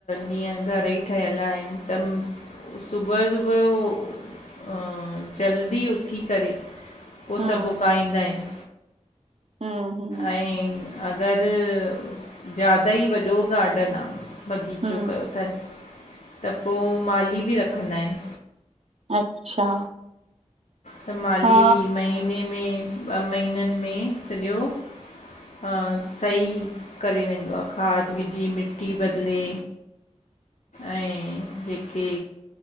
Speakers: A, on the left (about 80°); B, on the right (about 60°).
A: जीअं, घर ई ठहियल आहिनि त? सुबुअ - सुबुअ यो अं जल्दी उथी करे? उ
B: हम्म
A: सभु उगाईंदा इनि।
B: हम्म- हम्म।
A: ऐं, अगरि ज्यादा ई वॾो गार्डन आ बगीचो
B: हम्म
A: कयो नि थन, त पो माली बि रखंदा इनि।
B: अच्छा
A: त माली
B: हा
A: महीने में ॿ महीनन में सॼो हा सही करे वेंदो, आ खाद विझी मिट्टी बदिले। ऐं जेके